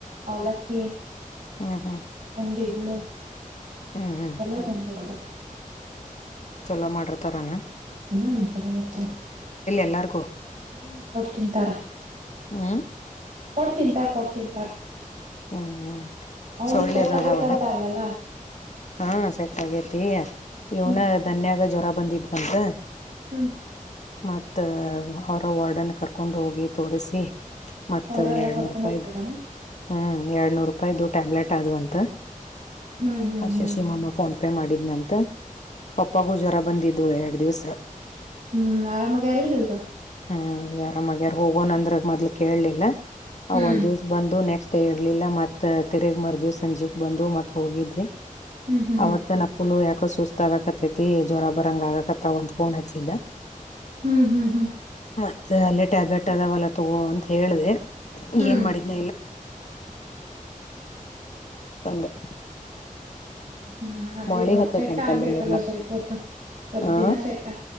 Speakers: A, on the right (about 60°); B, on the left (about 55°).
A: ಅವಲಕ್ಕಿ
B: ಹ್ಮ್ ಹ್ಮ್
A: ಹಂಡಿ ಹುಳು
B: ಹ್ಮ್ ಹ್ಮ್
A: ಎಲ್ಲ ತಂದಿರ್ತಾರೆ
B: ಚೊಲೋ ಮಾಡ್ರತಾರಾನ
A: ಹ್ಮ್ ಚೆನ್ನಾಗಿರ್ತವ
B: ಎಲ್ಲಾರ್ಗೂ
A: ಹ್ಮ್ ಕೊಟ್ಟ ತಿಂತಾರ
B: ಹ್ಮ
A: ಕೊಡ್ ತಿಂತ ಕೊಡ್ ತಿಂತ
B: ಹ್ಮ್ ಹ್ಮ್
A: ಅವನಿಗೆ
B: ಸೊಳ್ಳೆದ
A: ಸೆಟ್ ಆಗೈತ
B: ಅದಾವಲ್ಲ
A: ಅಂತ ಅಲ್ಲಲ್ಲಾ
B: ಹಾ ಸೆಟ್ ಆಗೇತಿ ಇವ್ನ
A: ಹ್ಮ್
B: ಧನ್ಯಾಗ ಜ್ವರ ಬಂದಿದ್ ಬಂತ
A: ಹ್ಮ್
B: ಮ ಅವರ ವಾರ್ಡನ್ನು ಕರ್ಕೊಂಡು ಹೋಗಿ ತೋರಿಸಿ ಮತ್ತ
A: ಅವರೆಲ್ಲ
B: ಎರಡ್ನೂರು
A: ಕರ್ಕೊಂಡ್
B: ರೂಪಾಯ
A: ಹೋಗ್ತಾರ
B: ಹ್ಮ್ ಎರಡ್ನೂರು ರೂಪಾಯ್ದ ಟ್ಯಾಬ್ಲೆಟ್ ಆದ ಅಂತ
A: ಹ್ಮ್ ಹ್ಮ್
B: ಆ
A: ಹ್ಮ್
B: ಶಶಿಮಮ್ಮ ಫೋನ್ ಪೇ ಮಾಡಿದ್ನಂತ ಪಪ್ಪಾಗೂ ಜ್ವರ ಬಂದಿದು ಎರಡ್ ದಿವ್ಸ
A: ಹ್ಮ್ ಆರಾಮಾಗ ಆರಲ್ಲ ಈಗ
B: ಹ್ಮ್ ಈಗ ಆರಾಮಾಗಿಯಾರು ಹೋಗೋಣ ಅಂದ್ರ ಮೊದ್ಲು ಕೇಳಲಿಲ್ಲ ಅವ
A: ಹ್ಮ್
B: ಒಂದ್ ದಿವ್ಸ ಬಂದು ನೆಕ್ಸ್ಟ್ ಡೇ ಇರ್ಲಿಲ್ಲ ಮತ್ ತಿರಗ್ ಮರ್ದವಿ ಸಂಜೆಗ್ ಬಂದು ಮತ್ ಹೋಗಿದ್ವಿ
A: ಹ್ಮ್ ಹ್ಮ್
B: ಅವತ್ ನಕುಲು ಯಾಕ ಸುಸ್ತ ಆಗಕತ್ತೈತಿ ಜ್ರ ಬರಂಗ ಆಗಕತ್ತ ಒಂದ್ ಫೋನ್ ಹಚ್ಚಿದ್ದ
A: ಹ್ಮ್ ಹ್ಮ್ ಹ್ಮ್
B: ಮತ್ತೆ ಅಲ್ಲೇ ಟ್ಯಾಬ್ಲೆಟ್ ಅದಾವಲ್ಲ ತಗೋ ಅಂತ ಹೇಳ್ದ
A: ಹ್ಮ್
B: ಏನ್ ಮಾಡಿದ <unintelligible>
A: ಹ್ಮ್ ಅಲ್ಲಿದ
B: ಮಳಿ
A: ಮತ್
B: ಹತ್ತೈತಂತ
A: ಸೆಟ್ ಆಗ್ಬೇಕಲ್ಲ
B: ಅಲ್ಲಿ ಮೂರ್ನಾಕ್
A: ಸ್ವಲ್ಪ ಹೊತ್ತು ಸ್ವಲ್ಪ
B: ಆ
A: ದಿನ ಸೆಟ್